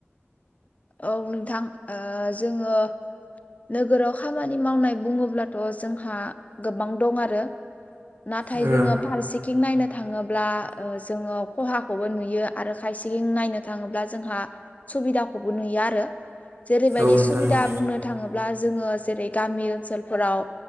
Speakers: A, on the left; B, on the right.
A: औ नोंथां ओ जोङो नोगोराव खामानि मावनाय बुङोब्लाथ' जोंहा गोबां दं आरो नाथाय
B: ओ
A: जोङो फारसे थिं नायनो थाङोब्ला ओ जोङो खहाखौबो नुयो आरो खायसें नायनो थाङोब्ला जोंहा सुबिदाखौबो नुयो आरो जेरैबायदि
B: औ नोंथां
A: सुबिदा
B: औ
A: बुंनो थाङोब्ला जोङो जेरै गामि ओनसोलफोराव